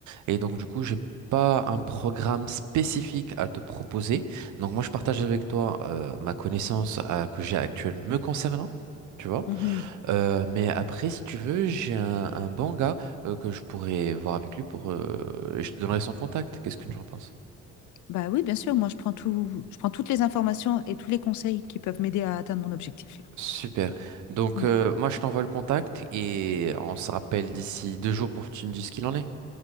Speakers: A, on the right (about 75°); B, on the left (about 70°).
A: Et donc, du coup, j'ai pas un programme spécifique à te proposer. Donc, moi, je partage avec toi euh, ma connaissance euh, que j'ai actuelle me concernant. Tu vois?
B: Mhm.
A: Euh, mais après, si tu veux, j'ai un, un bon gars euh, que je pourrais voir avec lui pour. euh, et je te donnerai son contact. Qu'est-ce que tu en penses?
B: Bah oui, bien sûr, moi, je prends tout... je prends toutes les informations et tous les conseils qui peuvent m'aider à atteindre mon objectif, là.
A: Super. Donc,
B: Mm.
A: euh, moi, je t'envoie le contact et on se rappelle d'ici deux jours pour que tu me dises ce qu'il en est.